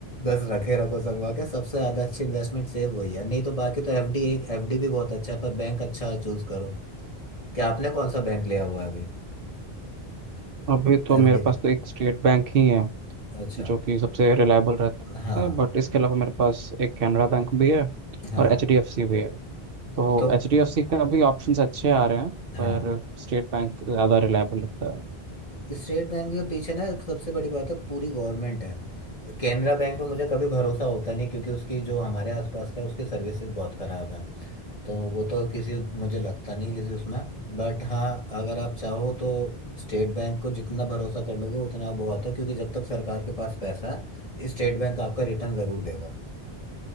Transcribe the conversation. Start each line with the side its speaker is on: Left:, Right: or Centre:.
Left: बस रखे रखो संगवा के सबसे ज्यादा अच्छी इन्वेस्टमेंट सेव वही है नहीं तो बाकी तो एफडी एक एफडी भी बहुत अच्छा है पर बैंक अच्छा चूज करो क्या आपने कौन सा बैंक लिया हुआ है अभी
Right: अभी तो
Left: एफडी
Right: मेरे पास
Left: के लिए?
Right: तो एक स्टेट बैंक ही है
Left: अच्छा
Right: जो कि सबसे रिलायबल रहता
Left: हाँ
Right: है बट इसके अलावा मेरे पास एक कैनरा बैंक भी है
Left: हाँ
Right: और एच डी एफ सी भी है तो
Left: तो
Right: एच डी एफ सी का भी ऑप्शंस अच्छे आ रहे हैं
Left: हाँ
Right: पर स्टेट बैंक ज़्यादा रिलायबल लगता है
Left: स्टेट बैंक के पीछे ना सबसे बड़ी बात है पूरी गवर्नमेंट है केनरा बैंक पे मुझे कभी भरोसा होता नहीं क्योंकि उसकी जो हमारे आसपास का है, उसकी सर्विसेज बहुत खराब है तो वो तो किसी मुझे लगता नहीं किसी उसमें बट हाँ अगर आप चाहो तो स्टेट बैंक को जितना भरोसा कर लोगे उतना बहुत है क्योंकि जब तक सरकार के पास पैसा है स्टेट बैंक आपका रिटर्न जरूर देगा